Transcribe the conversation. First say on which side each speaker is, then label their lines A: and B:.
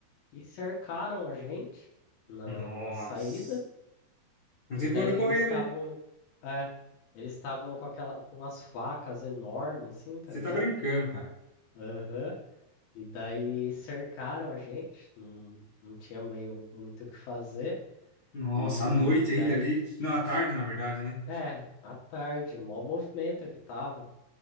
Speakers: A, on the left (about 65°); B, on the left (about 45°).
A: e cercaram a gente na,
B: Nossa.
A: na saída.
B: Não
A: E
B: tem
A: daí
B: pra onde
A: eles
B: correr
A: estavam,
B: daí.
A: é, eles estavam com aquela, com umas facas enormes, assim, tá
B: Você
A: ligado?
B: tá brincando, cara.
A: Aham. E daí cercaram a gente, não, não tinha meio muito o que fazer.
B: Nossa,
A: E
B: à noite ainda
A: daí,
B: ali. Não, à tarde, na verdade, né?
A: é, à tarde, mó movimento que tava.